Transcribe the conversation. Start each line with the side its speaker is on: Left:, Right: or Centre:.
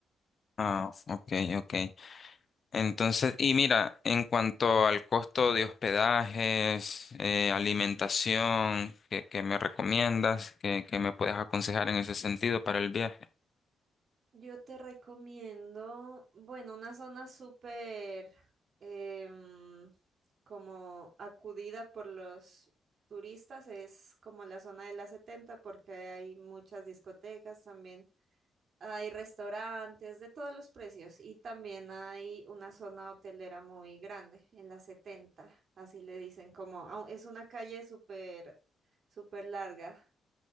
Left: Ah, ok, ok. Entonces, y mira, en cuanto al costo de hospedajes, eh, alimentación, ¿qué, qué me recomiendas? ¿Qué, qué me puedes aconsejar en ese sentido para el viaje?
Right: Yo te recomiendo, bueno, una zona súper em, como acudida por los turistas es como la zona de la setenta porque hay muchas discotecas también. Hay restaurantes de todos los precios y también hay una zona hotelera muy grande en la 70, así le dicen, como au- es una calle súper súper larga.